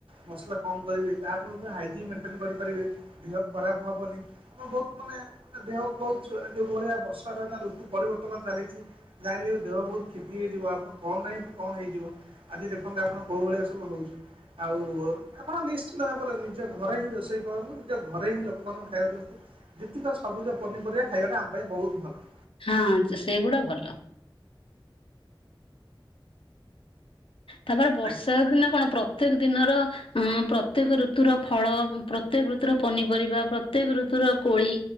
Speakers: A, on the right; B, on the left.
A: ମସଲା କମ୍ କରିବେ ତାଫଳରେ ହାଇଜିନ୍ ମେଣ୍ଟେନ କରିପାରିବେ, ଦେହ ଖରାପ ହବନି। ଆପଣ ବହୁତ ମାନେ ମାନେ ଦେହକୁ ବହୁତ ଯୋଉ ଭଳିଆ ବର୍ଷା ର ଏଇନା ଋତୁ ପରିବର୍ତ୍ତନ ଚାଲିଛି। ଜାହାହେଲେବି ଦେହ ବହୁତ କ୍ଷତି ହେଇଯିବ ଆପଣ କଣ ନାହିଁ କଣ ହେଇଯିବ ଆଜି ଦେଖନ୍ତୁ ଆପଣ କୋଉ ଭଳିଆ ସବୁ ହଉଛି, ଆଉ ଆପଣ ନିଶ୍ଚିିତ ଭାବରେ ନିଜ ଘରେ ହିଁ ରୋଷେଇ କରନ୍ତୁ। ନିଜ ଘରେ ହିଁ ଲୋକମାନଙ୍କୁ ଖାଇବାକୁ ଦିଅନ୍ତୁ। ଯେତିକ ସବୁଜ ପନିପରିବା ଖାଇବାଟା ଆମ ପାଇଁ ବହୁତ ଭଲ।
B: ହଁ ସେଇଗୁଡା ଭଲ। ତାପରେ ବର୍ଷା
A: ଆଜ୍ଞା
B: ଦିନ କଣ ପ୍ରତ୍ୟେକ ଦିନର ଆଁ ପ୍ରତ୍ୟେକ ଋତୁର ଫଳ, ପ୍ରତ୍ୟେକ ଋତୁର ପନିପରିବା, ପ୍ରତ୍ୟେକ ଋତୁର କୋଳି।